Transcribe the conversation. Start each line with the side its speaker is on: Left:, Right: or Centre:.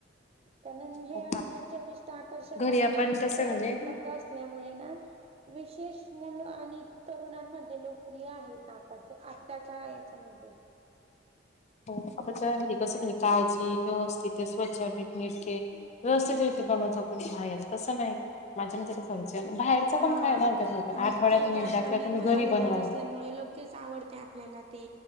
Right: कारण हे
Left: हो
Right: अन्ना चविष्ट, आकर्षक
Left: घरी
Right: आणि
Left: आपण कसं
Right: सहज
Left: म्हणजे
Right: उपलब्ध अस असल्यामुळेन विशेष मुलं आणि तरुणांमध्ये लोक प्रिय आहेत का आता ते आताच्या याच्यामध्ये.
Left: हो आप तरी घरी कसं काळजी व्यवस्थित ते स्वच्छ, नीट नेटके रसेत पण होतो पण बाहेर कसं नाही माझ्या नंतर घरच्या बाहेरच
Right: हा
Left: पण खायला
Right: आणि
Left: हरकत नाही पण आठवड्यातून
Right: चवदार
Left: एकदा किंवा
Right: आणि
Left: तुम्ही
Right: मसालेदार
Left: घरी बनवा.
Right: असल्यामुळे लगेच आवडत्या आपल्याला ते